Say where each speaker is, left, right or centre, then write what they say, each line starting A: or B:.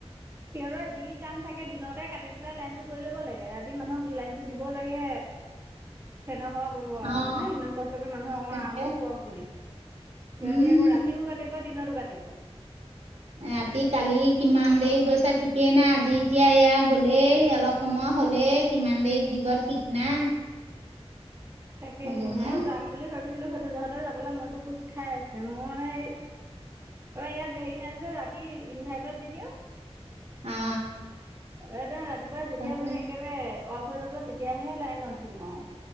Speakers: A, on the right; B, on the right.
A: সিহঁতৰ যি কাম থাকে দিনতে কাটি পেলাই লাইন টো কৰি ল'ব লাগে ৰাতি মানুহক লাইন টো দি দিব লাগে, ফেণৰ হাৱা
B: অ
A: নে ইমান কষ্টকে মানুহে অমাৰ
B: তাকে
A: আৰামত শুৱক বুলি সিহঁতি
B: উম
A: আকৌ ৰাতিও কাটে দিনতো কাটিব
B: ৰাতি কালি কিমান দেৰি গৈছে ঠিকেই নাই আজি এতিয়া এয়া গলেই অলপ সময় হ'লে কিমান দেৰিত দিব ঠিক নাই।
A: তাকে
B: এইবোৰ হে
A: মই যাম বুলি ভাবিছিলো সেইটো জহতে যাবলৈ মনতো কোজ খাই মোৰ মানে হে ইয়াত হেৰি নাই ৰাতি ইনভাৰ্টৰত দি দিওঁ
B: অ
A: একদম ৰাতিপুৱা যেতিয়া
B: তাকে
A: মানে একেবাৰে অফ হৈ যাব তেতিয়াহে লাইনত দিওঁ আৰু